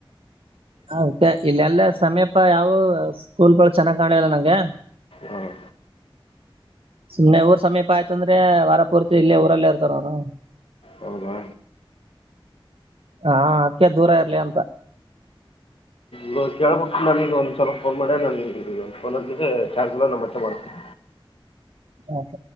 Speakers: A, on the right (about 80°); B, on the left (about 80°).
A: ಅತ್ತೆ ಇಲ್ಲೆಲ್ಲ ಸಮೀಪ ಯಾವ ಸ್ಕೂಲ್ಗಳು ಚೆನ್ನಾಗ್ ಕಾಣಲಿಲ್ಲ ನಂಗೆ
B: ಹಾಂ
A: ಸುಮಮ್ಮನೆ ಊರ್ ಸಮೀಪ ಆಯ್ತ ಅಂದ್ರೆ ವಾರ ಪೂರ್ತಿ ಇಲ್ಲೇ ಊರಲ್ಲೇ ಇರ್ತಾರ ಅವರು
B: ಹೌದಾ
A: ಹಾ ಅದಕ್ಕಕ್ಕೆ ದೂರ ಇರ್ಲಿ ಅಂತ
B: ಇದು ಕೇಳಳ್ಬಿಟ್ಟು ನನಗೆ ಒಂದುಲ ಫೋನ್ ಮಾಡೇ ನನಗೆ ಇ ಒಂದು ಫೋನ್ದಕ್ಕೆ ಚಾರ್ಜ್ಲ್ ನಮ್ಮತ್ತೆ ಮಾಡ್ತೀನಿ
A: ಹೌ ಸ